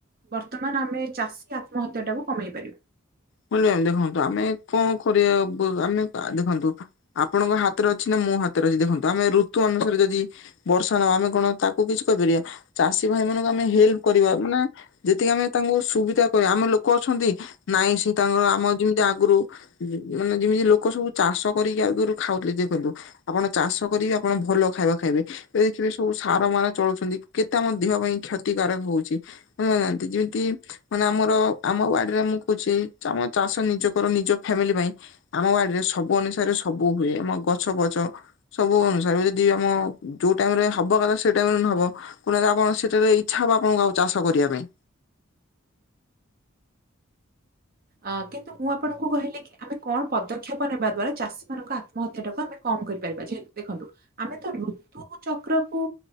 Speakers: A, on the right (about 45°); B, on the left (about 60°).
A: ବର୍ତ୍ତମାନ୍ ଆମେ ଚାଷୀ ଆତ୍ମହତ୍ୟା ଟାକୁ କମେଇ ପାରିବା।
B: <unintelligible> ଦେଖନ୍ତୁ ଆମେ କଣ କରିବା ଆମେ ଦେଖନ୍ତୁ ଆପଣଙ୍କ ହାତରେ ଅଛି ନା ମୋ ହାତରେ ଅଛି, ଦେଖନ୍ତୁ ଆମେ ଋତୁ ଅନୁସାରେ ଯଦି ବର୍ଷା ନହବ ଆମେ କଣ ତାକୁ କିଛି କହିପାରିବା, ଚାଷୀ ଭାଇ ମାନଙ୍କୁ ଆମେ ହେଲ୍ପ କରିବା ମାନେ ଯେତିକି ଆମେ ତାଙ୍କୁ ସୁବିଧା କରିବା ଆମେ ଲୋକ ଅଛନ୍ତି ନାଇଁ ସେ ତାଙ୍କର ଆମ ଯେମିତି ଆଗରୁ ମାନେ ଯେମିତି ଲୋକ ସବୁ ଚାଷ କରିକି ଆଗରୁ ଖାଉଥିଲେ, ଦେଖନ୍ତୁ ଆପଣ ଚାଷ କରିକି ଆପଣ ଭଲ ଖାଇବା ଖାଇବେ। <unintelligible> ସବୁ ସାର ମାର ଚଳୁଛନ୍ତି କେତେ ଆମ ଦେହ ପାଇଁ କ୍ଷତିକାରକ ହଉଚି। <unintelligible> ଯେମିତି ମାନେ ଆମର ଆମ ବଡ଼ିରେ ମୁଁ କହୁଚି ଆମ ଚାଷ ନିଜ କର ନିଜ ଫ୍ୟାମିଲି ପାଇଁ। ଆମ ବାଡିରେ ସବୁ ଅନୁସାରେ ସବୁ ହୁଏ ଆମ ଗଛ ପଛ। ସବୁ ଅନୁସାରେ ଯଦି ଆମ ଯୋଉ ଟାଇମ୍ ରେ ହବ କଥା ସେଇ ଟାଇମ୍ ରେ ନହବ <unintelligible> ଆପଣ ସେଠାରେ ଇଚ୍ଛା ହବ ଆପଣଙ୍କୁ ଆଉ ଚାଷ କରିବା ପାଇଁ।
A: ଅ କିନ୍ତୁ ମୁଁ ଆପଣଙ୍କୁ କହିଲି କି ଆମେ କଣ ପଦକ୍ଷେପ ନେବା ଦ୍ଵାରା ଚାଷୀ ମଙ୍କ ଆତ୍ମହତ୍ୟା ଟାକୁ ଆମେ କମ୍ କରିପାରିବା, ଯେହେତୁ ଦେଖନ୍ତୁ ଆମେ ତ ଋତୁ ଚକ୍ରକୁ